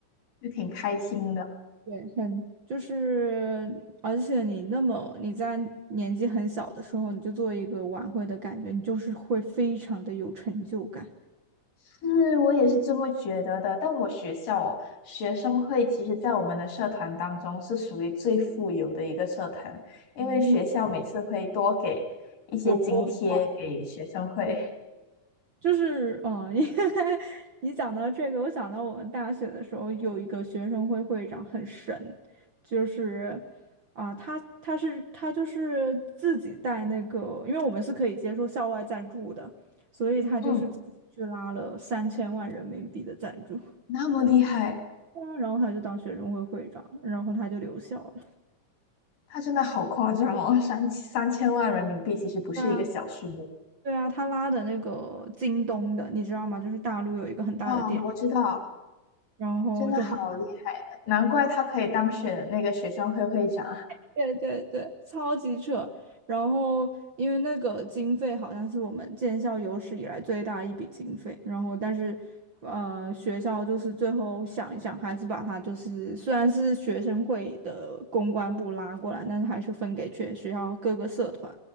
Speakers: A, on the left; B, on the right.
A: 就挺开心的。
B: 对，很就是，而且你那么你在年纪很小的时候，你就做一个晚会的感觉，你就是会非常的有成就感，
A: 是我也是这么觉得的，但我学校哦，学生会其实在我们的社团当中是属于最富有的一个社团，因为学校每次会多给一些津贴给学生会，
B: 嗯，有拨款。对，就是哦，因为 <laughs> 你讲到这个，我想到我们大学的时候有一个学生会会长很神，就是啊、他他是他就是自己带那个，因为我们是可以接受校外赞助的，所以他就是自己去拉了三千万人民币的赞助。
A: 嗯，那么厉害，
B: 对啊，然后他就当学生会会长，然后他就留校了。
A: 他真的好夸张哦，三三千万人民币其实不是一个小数目。
B: 对啊，对啊，他拉的那个京东的，你知道吗？就是大陆有一个很大的店，
A: 嗯，我知道，
B: 然后就很，
A: 真的好厉害，难怪他可以当选那个学生会会长。
B: <laughs> 对对对，超级扯。然后因为那个经费好像是我们建校有史以来最大一笔经费，然后但是，呃，学校就是最后想一想，还是把它就是虽然是学生会的公关部拉过来，但是还是分给全学校各个社团，